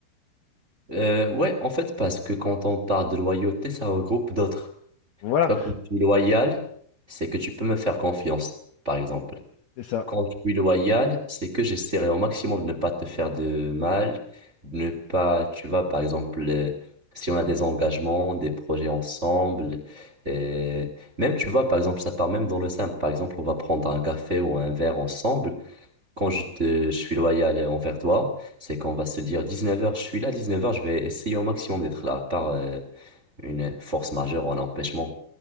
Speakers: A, on the right (about 20°); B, on the left (about 65°).
A: Euh, ouais, en fait, parce que quand on parle de loyauté, ça regroupe d'autres.
B: Voilà,
A: Tu vois, quand je suis loyal, c'est que tu peux me faire confiance, par exemple.
B: c'est ça.
A: Quand je suis loyal, c'est que j'essaierai au maximum de ne pas te faire de mal, de ne pas, tu vois, par exemple, euh, si on a des engagements, des projets ensemble, euh, même, tu vois, par exemple, ça part même dans le simple. Par exemple, on va prendre un café ou un verre ensemble. Quand je te, je suis loyal envers toi, c'est qu'on va se dire 19h, je suis là, 19h, je vais essayer au maximum d'être là, à part, euh, une force majeure ou un empêchement.